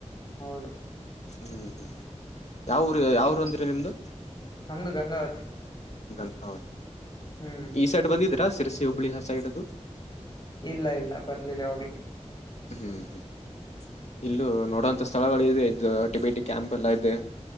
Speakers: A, on the left; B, on the left.
A: ಹೌದು
B: ಹ್ಮ್ ಹ್ಮ್ ಯಾವ್ ಊರು ಯಾವ್ ಊರ ಅಂದ್ರಿ ನಿಮ್ದು
A: ನಮ್ದು ಗಂಗಾವತಿ
B: ಗಂಗಾವತಿ
A: ಹ್ಮ್
B: ಈ ಸೈಡ್ ಬಂದಿದ್ರಾ ಸಿರಸಿ ಹುಬ್ಬಳಿ ಆ ಸೈಡ್ದು
A: ಇಲ್ಲ ಇಲ್ಲ ಬರ್ಲಿಲ್ಲ ಯಾವಾಗ್ಲು
B: ಹ್ಮ್ ಹ್ಮ್ ಇಲ್ಲು ನೋಡೋಂತ ಸ್ಥಳಗಳಿವೆ ಇ ಟಿಬೇಟ್ ಕ್ಯಾಮರ ಎಲ್ಲಾ ಇದೆ